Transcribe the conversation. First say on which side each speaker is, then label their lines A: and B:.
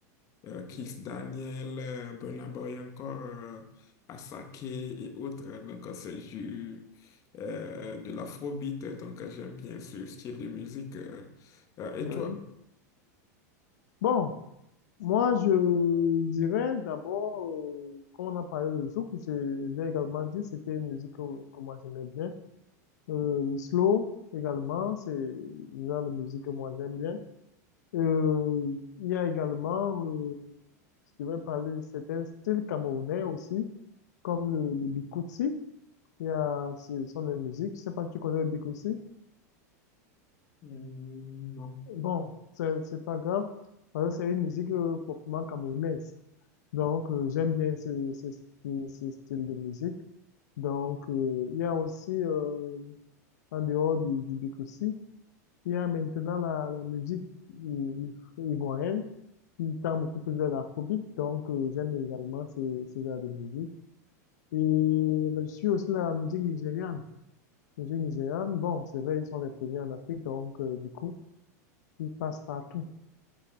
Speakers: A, on the left; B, on the left.
A: euh, Kiss Daniel, euh, Burna Boy encore, euh, Asake et autres. Donc, euh, c'est du, euh, de l'afrobeat, donc euh, j'aime bien ce style de musique. euh. Euh, et
B: oui.
A: toi?
B: Bon, moi, je dirais d'abord, euh, comme on a parlé de Zouk, je- j'ai également dit, c'était une musique que, que moi j'aimais bien. Euh, le slow, également, c'est le genre de musique que moi j'aime bien. Euh, il y a également, euh, je vais parler de certains styles camerounais aussi, comme le, le bikutsi. Il y a, ce sont des musiques. Je sais pas si tu connais le bikutsi.
A: Hmm, Non.
B: Bon, c'est, c'est pas grave, parce que c'est une musique euh, proprement camerounaise. Donc, euh, j'aime bien ce, ce, ce, ce style de musique. Donc, euh, il y a aussi, euh, en dehors du, du bikutsi, il y a maintenant la, la musique i- i- ivoirienne. qui tend beaucoup plus vers l'afrobeat. Donc, euh, j'aime également ce, ce genre de musique. Et là, je suis aussi la musique nigériane. La musique nigériane, bon, c'est vrai, ils sont les premiers en Afrique, donc euh, du coup, ils passent partout.